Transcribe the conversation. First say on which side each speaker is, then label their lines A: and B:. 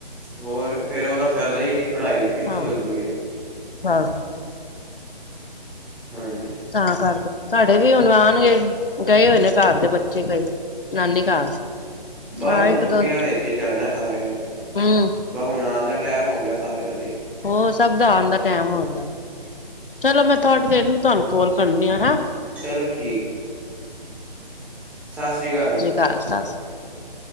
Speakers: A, in the centre; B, on the left.
A: ਹੋਰ ਫੇਰ ਉਹਦਾ ਫਾਇਦਾ ਹੀ ਨਹੀਂ, ਪੜ੍ਹਾਈ 'ਚ ਪਿੱਛੇ
B: ਹਾਂ
A: ਹੋ ਜਾਣਗੇ।
B: ਬਸ।
A: ਹਾਂ ਜੀ।
B: ਤਾਂ ਕਰਕੇ, ਸਾਡੇ ਵੀ ਹੁਣ ਆਉਣਗੇ, ਗਏ ਹੋਏ ਨੇ ਘਰ ਦੇ ਬੱਚੇ ਕਈ। ਨਾਨੀ ਘਰ
A: ਬਾਅਦ
B: ਹਾਂ
A: ਹੁਣ
B: ਇੱਕ
A: ਛੁੱਟੀਆਂ
B: ਦੋ
A: ਵਿੱਚ ਈ ਜਾਣਾ ਸਾਰਿਆਂ ਨੇ।
B: ਹੂੰ
A: ਬਸ ਹੁਣ ਆਉਣ ਦਾ ਟਾਈਮ ਹੋ ਗਿਆ, ਸਾਰਿਆਂ ਲਈ।
B: ਉਹ ਸਬ ਦਾ ਆਂਨ ਦਾ ਟਾਈਮ ਹੋ ਗਯਾ ਐ। ਚਲੋ ਮੈਂ ਥੋੜ੍ਹੀ
A: ਹਾਂ
B: ਦੇਰ ਨੂੰ ਤੁਹਾਨੂੰ ਕੋਲ ਕਰਨੀ ਆ ਹੈਂ।
A: ਚਲੋ ਠੀਕ ਹੈ, ਸਤਿ ਸ੍ਰੀ ਅਕਾਲ ਜੀ।
B: ਘਾਰ ਸਸ।